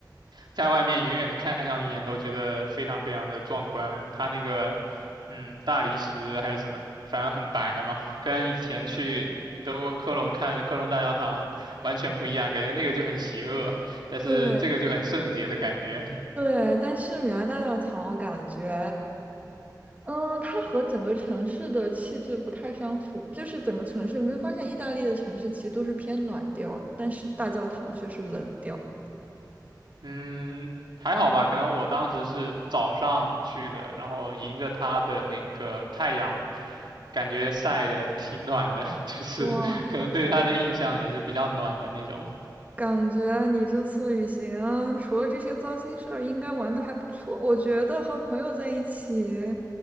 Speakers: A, on the right; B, on the right.
A: 在外面远远的看上一眼都觉得非常非常的壮观。它那个，嗯，大理石还是什么，反正很白嘛，跟以前去德国科隆看的科隆大教堂完全不一样，感觉那个就很邪恶，但是这个就很圣洁的感觉。
B: 对对，但是米兰大教堂我感觉，嗯，它和整个城市的气质不太相符，就是整个城市，你会发现意大利的城市其实都是偏暖调，但是大教堂却是冷调的
A: 嗯，还好吧，可能我当时是早上去的，然后迎着它的那个太阳。感觉晒的挺暖的，<laughs> 就是可能对它的印象也是比较暖的那种。
B: 哇。感觉你这次旅行除了这些糟心事儿，应该玩的还不错。我觉得和朋友在一起，